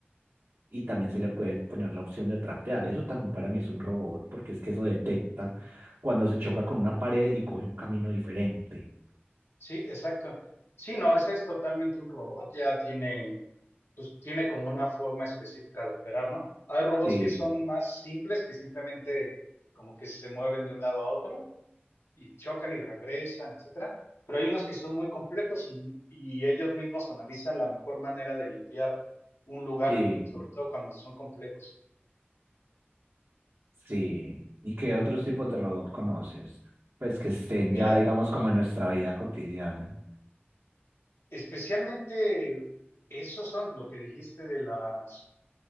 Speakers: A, on the right; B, on the left.
A: y también se le puede poner la opción de trapear. Eso también para mí es un robot, porque es que eso detecta cuando se choca con una pared y coge un camino diferente.
B: Sí, exacto. Sí, no, ese es totalmente un robot, ya tiene, pues tiene como una forma específica de operar, ¿no? Hay robots
A: Sí,
B: que son más simples, que simplemente como que se mueven de un lado a otro y chocan y regresan, etcétera. Pero hay unos que son muy complejos y, y ellos mismos analizan la mejor manera de limpiar un lugar,
A: sí,
B: sobre todo cuando son complejos.
A: sí. ¿Y qué otros tipos de robot conoces? Pues que estén
B: Mira,
A: ya, digamos, como en nuestra vida cotidiana.
B: especialmente esos son lo que dijiste de las